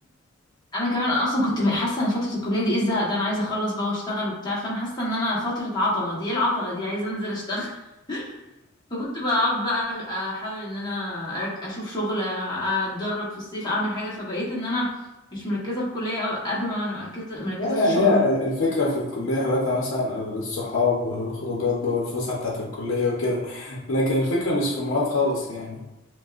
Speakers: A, on the left (about 20°); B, on the left (about 65°).
A: انا كمان اصلا كنت حاسه ان فتره الكليه دي ايه الزهق ده انا عايزه اخلص بقى واشتغل وبتاع فانا حاسه ان انا فتره عطله دي ايه العطله دي عايزه انزل اشتغل <laughs> فكنت بقعد بقى احاول ان انا أرك... اشوف شغل اتدرب في الصيف اعمل حاجه فبقيت ان انا مش مركزه في الكليه أو قد ما انا مركزه مركزه
B: لا
A: في
B: يعني
A: الشغل
B: هي
A: وف...
B: ال- الفكرة في الكلية حالتها مثلا الصحاب والخروجات بقى والفسحة بتاعت الكلية وكده لكن الفكرة مش في المواد خالص يعني